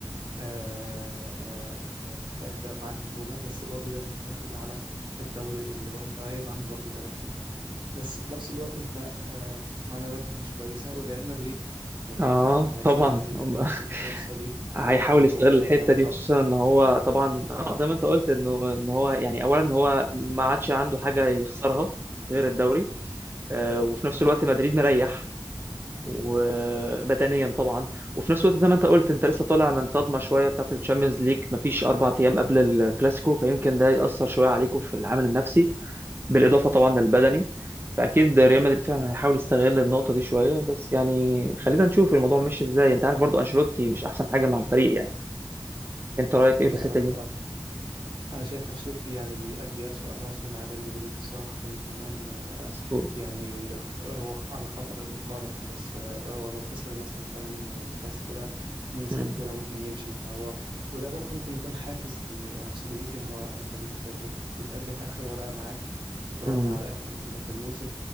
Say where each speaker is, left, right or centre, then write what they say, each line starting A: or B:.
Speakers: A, on the right; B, on the right.
A: آه، آه، آه، فأنت معاك بطولة بس برضه لازم تنافس على الدوري اللي هو أنت غايب عنه برضه بقالك فترة بس في نفس الوقت أنت آه، معنوياتك مش كويسة وريال مدريد هيت-
B: اه
A: أكيد هيستغل
B: طبعا
A: ال-
B: <laughs>
A: ال- الفرصة دي
B: هيحاول
A: إن
B: يستغل
A: هو ينقض
B: الحته دي خصوصا ان هو
A: وي-
B: طبعا اه زي ما انت قلت انه ان هو يعني اولا هو ما عادش عنده حاجه يخسرها غير الدوري آه وفي نفس الوقت مدريد مريح ومدنيا طبعا وفي نفس الوقت زي ما انت قلت انت لسه طالع من صدمه شويه بتاعت الشامبيونز ليج مفيش اربع ايام قبل الكلاسيكو فيمكن ده ياثر شويه عليكم في العامل النفسي بالاضافه طبعا للبدني فاكيد ريال مدريد فعلا هيحاول يستغل النقطه دي شويه بس يعني خلينا نشوف الموضوع ماشي ازاي انت عارف برضو انشيلوتي مش احسن حاجه مع الفريق يعني انت رايك ايه
A: بالظبط
B: في الحته دي
A: أه انا شايف انشيلوتي يعني بيأدي أسوأ مواسمه مع ريال مدريد الصراحه وكمان آه،
B: مظبوط
A: يعني آه، هو على خطر الاقاله خلاص آه، هو لو خسر مثلا كمان الكلاسيكو ده بنسبه
B: امم
A: كبيره ممكن يمشي فهو وده برضو ممكن يكون حافز لانشيلوتي ان هو انت بت بت بتقدم اخر ورقه معاك بتراهن
B: امم
A: على اخر بطوله في الموسم